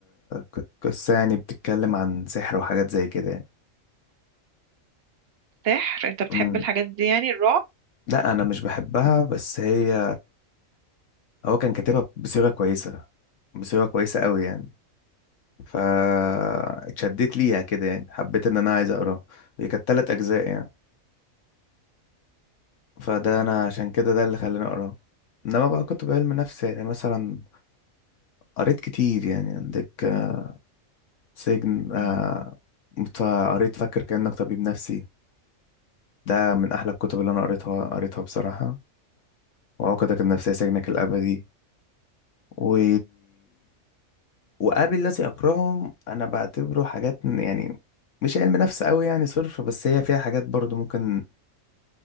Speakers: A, on the left; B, on the right.
A: كانت قصة يعني بتتكلم عن سحر وحاجات زي كده يعني
B: سحر انت بتحب
A: أمم،
B: الحاجات دي يعني الرعب
A: لا أنا مش بحبها بس هي هو كان كاتبها بصيغة كويسة بصيغة كويسة قوي يعني فاتشدت ليها كده يعني حبيت ان انا عايز اقراه هي كانت تلات اجزاء يعني فده انا عشان كده ده اللي خلاني اقراه انما بقى كنت بعلم نفس يعني مثلا قريت كتير يعني عندك آه، سجن آه،
B: مم.
A: فقريت فاكر كأنك طبيب نفسي ده من احلى الكتب اللي انا قريتها قريتها بصراحة وعقدك النفسية سجنك الابدي و وقابل الذي أكرههم أنا بعتبره حاجات م- يعني مش علم نفس أوي يعني صرف بس هي فيها حاجات برضو ممكن